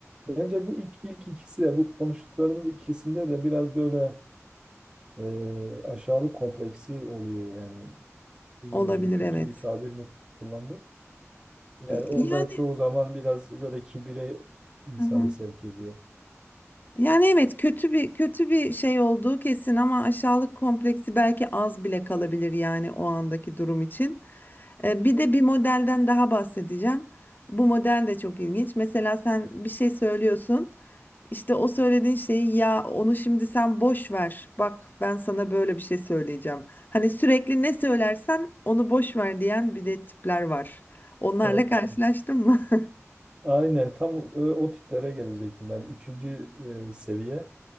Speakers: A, on the right; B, on the left.
A: bence bu ilk, ilk ikisi de bu konuştuklarımız ikisinde de biraz böyle e, aşağılık kompleksi oluyor yani bilmiyorum
B: Olabilir
A: kötü
B: evet.
A: bir tabir mi kullandım. Yani o
B: Yani
A: da çoğu zaman biraz böyle kibire insanı
B: hı hı.
A: sevk ediyor.
B: Yani evet kötü bir kötü bir şey olduğu kesin ama aşağılık kompleksi belki az bile kalabilir yani o andaki durum için. E, Bir de bir modelden daha bahsedeceğim. Bu model de çok ilginç. Mesela sen bir şey söylüyorsun. İşte o söylediğin şeyi ya onu şimdi sen boş ver. Bak ben sana böyle bir şey söyleyeceğim. Hani sürekli ne söylersen onu boş ver diyen bir de tipler var. Onlarla
A: Evet.
B: karşılaştın mı? <laughs>
A: Aynen tam o, e, o tiplere gelecektim ben. Üçüncü e, seviye